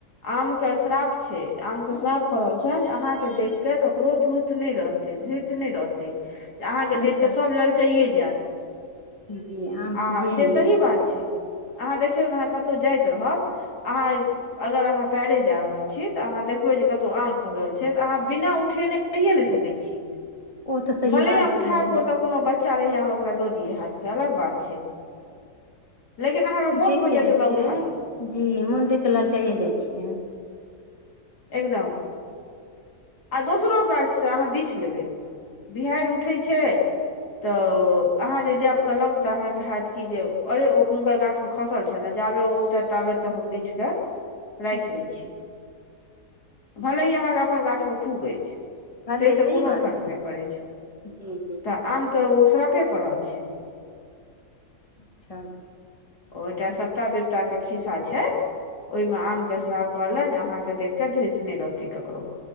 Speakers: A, on the left; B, on the left.
A: आम के श्राप छै आम के श्राप पड़ल छनि जे अहाँके देख के ककरो ध्रुत नहि रहत धइत नहि रहतै अहाँके
B: अच्छा
A: देख कऽ सभ ललचाइए जायत
B: जी आम
A: आ
B: चीजे
A: से
B: एहन
A: सही बात छै अहाँ देखियौ ने अहाँ कतहु जाइत रहब आंहां अगर अहाँ पैरे जा रहल छी तऽ अहाँ देखबै जे कतहु आम खसल छै तऽ अहाँ बिना उठेने रहिए नहि सकैत छी
B: ओ तऽ सही
A: भले
B: बात
A: आंहा उठा
B: छै
A: क ओतऽ कोनो बच्च ईच्छा रहैया ओकरा द दिय हाथ के अलग बात छै लेकिन अहाँके मोन
B: देख
A: भऽ
B: के
A: जाइया जे
B: छै
A: ओकरा उठा ली
B: जी मोन देख के लालचाइए जाइ छियै
A: एकदम आ दोसरो गाछसँ अहाँ बिछि लेबै बिहारि उठै छै तऽ अहाँ जे जायब कलम तऽ अहाँके हैत कि जे अरे ओ हुनकर गाछमे खसल छलै जाबे औतै ताबे तऽ हम बिछके राखि
B: जी
A: लै छी भल ह अहाँके अपन गाछमे खूब अछि
B: भले
A: ताहिसँ
B: सही
A: कोनो
B: बात
A: फर्क
B: छै
A: नहि पड़ैत छै
B: जी जी
A: तऽ आमके ओ सराफे पड़ल छै
B: अच्छा
A: ओटा सपटा विपताके खिस्सा छै ओहिमे आमके श्राप पड़लनि जे अहाँकेँ देख कऽ धृत नहि रहतै ककरो